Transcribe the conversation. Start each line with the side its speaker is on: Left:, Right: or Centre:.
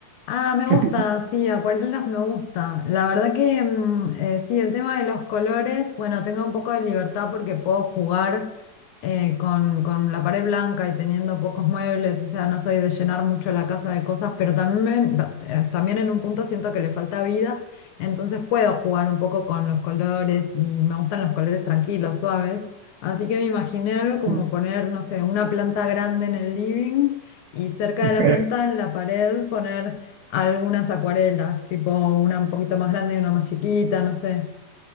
Left: Ah, me
Right: ¿Qué
Left: gusta,
Right: piensas?
Left: sí, acuarelas me gusta. La verdad que mm, eh, sí, el tema de los colores, bueno, tengo un poco de libertad porque puedo jugar eh, con, con la pared blanca y teniendo pocos muebles, o sea, no soy de llenar mucho la casa de cosas, pero también, ba- eh, también en un punto siento que le falta vida, entonces puedo jugar un poco con los colores y me gustan los colores tranquilos, suaves. Así que me imaginé algo como
Right: <laughs>
Left: poner, no sé, una planta grande en el living y cerca
Right: Ok.
Left: de la planta en la pared poner algunas acuarelas, tipo una un poquito más grande y una más chiquita, no sé.